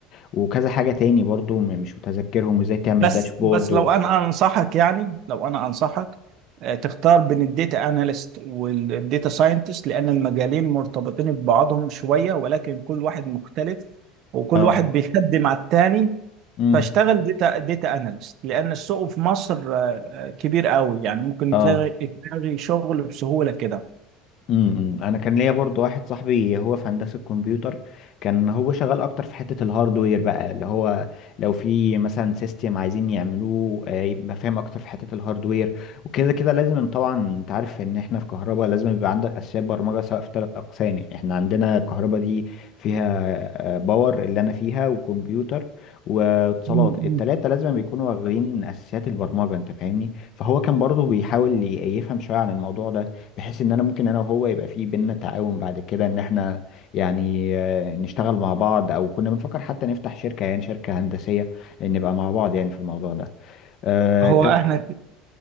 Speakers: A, on the left; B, on the right.
A: وكذا حاجه تاني برضو م- مش متذكرهم وازاي تعمل
B: بس
A: داشبورد
B: بس لو انا انصحك يعني لو انا انصحك آه، تختار بين الداتا اناليست والداتا ساينتست لان المجالين مرتبطين ببعضهم شوية ولكن كل واحد مختلف وكل
A: اه
B: واحد بيخدم على التاني
A: امم
B: فاشتغل داتا داتا اناليست لان السوق في مصر آه، آه، كبير قوي يعني ممكن
A: اه
B: تلاقي تلاقي شغل بسهولة كده
A: امم امم. انا كان ليا برضو واحد صاحبي هو في هندسه كمبيوتر كان هو شغال اكتر في حته الهاردوير بقى اللي هو لو في مثلا سيستم عايزين يعملوه آه، يبقى فاهم اكتر في حته الهاردوير وكده كده لازم إن طبعا انت عارف ان احنا في كهرباء لازم يبقى عندك اساسيات برمجه سواء في ثلاث اقسام يعني احنا عندنا كهرباء دي فيها آه، باور اللي انا فيها وكمبيوتر واتصالات
B: مم.
A: التلاته لازم بيكونوا واخدين اساسيات البرمجه انت فاهمني فهو كان برضو بيحاول ي- يفهم شويه عن الموضوع ده بحيث ان انا ممكن انا وهو يبقى في بينا تعاون بعد كده ان احنا يعني آه، نشتغل مع بعض او كنا بنفكر حتى نفتح شركة يعني شركة هندسية نبقى مع بعض يعني في الموضوع ده أه
B: هو
A: ت-
B: احنا